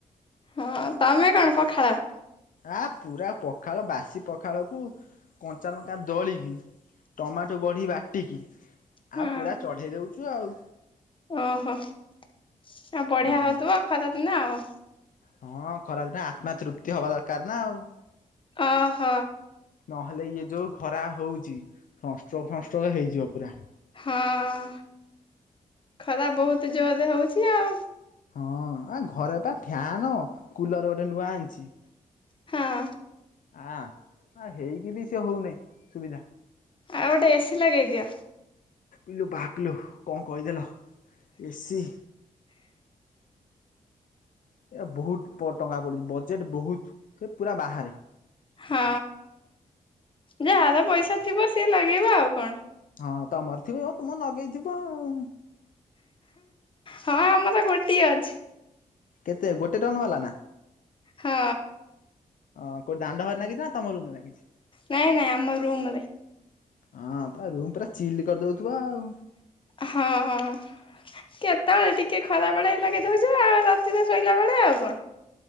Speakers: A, on the left; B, on the left.
A: ହଁ ତମେ କଣ ପଖାଳ?
B: ଆ ପୁରା ପଖାଳ ବାସି ପଖାଳକୁ କଞ୍ଚା ଲଙ୍କା ଦଳିକି ଟମାଟୋ ବଡି ବାଟିକି ଆ
A: ହଁ
B: ପୁରା ଚଢେଇ ଦେଉଚୁ ଆଉ।
A: ଓହୋ ଆଉ ବଢିଆ
B: ହଁ
A: ହଉ ଥିବ ଖରା ଦିନେ ଆଉ।
B: ହଁ ଖରା ଦିନେ ଆତ୍ମା ତୃପ୍ତି ହବା ଦରକାର ନା ଆଉ।
A: ଅ ହ।
B: ନହେଲେ ଇଏ ଯୋଉ ଖରା ହଉଚି ସଂଷ୍ଟ୍ରୋକ ଫଂଷ୍ଟ୍ରୋକ ହେଇଯିବ ପୁରା।
A: ହଁ ଖରା ବହୁତ ଜୋରରେ ହଉଛି ଆଉ।
B: ହଁ ଆ ଘରେ ପା ଫ୍ୟାନ କୁଲର ଗୋଟେ ନୂଆ ଆଣିଛି।
A: ହଁ।
B: ହଁ ହେଇକି ବି ସେ ହଉନହିଁ ସୁବିଧା।
A: ଆଉ ଗୋଟେ ଏସି ଲଗେଇ ଦିଅ।
B: ଇଲୁ ବାପିଲୁ କଁ କହିଦେଲ ଏସି। ଏ ବହୁତ ଟଙ୍କା ପଡ଼ୁଛି ବଜେଟ୍ ବହୁତ ସେ ପୁରା ବାହାରେ।
A: ହଁ ଯାହାର ପଇସା ଥିବ ସିଏ ଲଗେଇବା ଆଉ କଣ।
B: ହଁ ତମର ଥିବେ ଆଉ ତୁମେ ଲଗେଇଥିବ ଆଉ।
A: ହଁ ଆମର ଗୋଟିଏ ଅଛି।
B: କେତେ ଗୋଟେ ଟନ ବାଲା ନା।
A: ହଁ।
B: ଅ ଦାଣ୍ଡ ଘରେ ଲାଗିଛି ନା ତମ ରୁମ୍ ଲାଗିଛି?
A: ନାଇଁ ନାଇଁ ଆମ ରୁମରେ।
B: ହଁ ତ ରୁମ ପୁରା ଚିଲ୍ କରିଦଉଥିବା ଆଉ।
A: ହଁ ହଁ। କେତେବେଳେ ଟିକେ ଖରା ବେଳେ ଲଗେଦଉଛ ଆଉ ରାତିରେ ଶୋଇଲା ବେଳେ ଆଉ କଣ।